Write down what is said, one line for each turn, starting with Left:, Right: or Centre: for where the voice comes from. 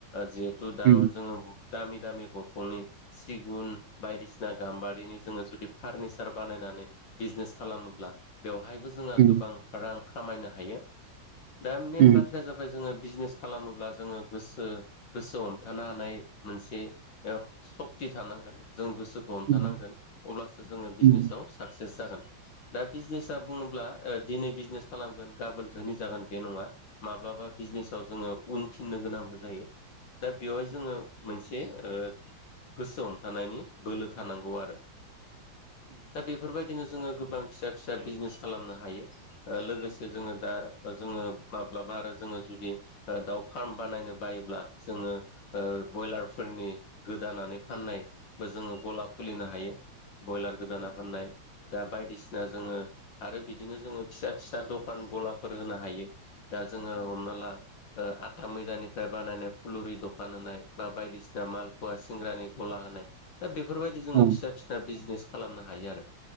Left: जिहेथु दा
Right: उम
Left: जोङो दामि दामि दंफांनि सिगुन बायदिसिना गाम्बारिनि जोङो जुदि फार्निचार बानायना नानै बिजनेस खालामोब्ला बेवहायबो जोंहा
Right: उम
Left: गोबां रां खामायनो हायो। दा मेन बाथ्राया
Right: उम उम औ
Left: जाबाय जोङो बिजनेस खालामोब्ला जोङो गोसो गोसो हमथानो हानाय मोनसे सत क्ति थानांगोन। जों गोसोखौ हमथानांगोन
Right: उम
Left: अब्लासो जोङो
Right: उम
Left: बिजनेसाव साक्सेस जागोन। दा बिजनेसा बुङोब्ला, ओ दिनै बिजनेस खालामगोन गाबोन धोनि जागोन बे नङा। माब्लाबा बिजनेसाव जोङो उनफिननो गोनांबो जायो। दा बेवहाय जोङो मोनसे से गोसो हमथानायनि बोलो थानांगौ आरो। दा बेफोरबायदिनो जोङो गोबां फिसा फिसा बिजनेस खालामनो हायो। ओ लोगोसे से जोङो दा जोङो माब्लाबा आरो जोङो जुदि ओ दाउ फार्म बानायनो बायोब्ला, जोङो बयलारफोरनि नि गोदानानै फाननायबो जोङो गला खुलिनो हायो। बयलार गोदाना फाननाय। दा बायदिसि ना जोङो, आरो बिदिनो जोङो फिसा फिसा दखान गलाफोर होनो हायो। दा जोङो हमना ला ओ आथा मैदानिफ्राय बानायनाय फुलुरि दखान होनाय बा बायदिसिना मालफुवा सिंग्रानि गला होनाय नाय दा बेफोरबायदि
Right: उम
Left: जोङो फिसा फिसा बिजनेस खालामनो हायो आरो।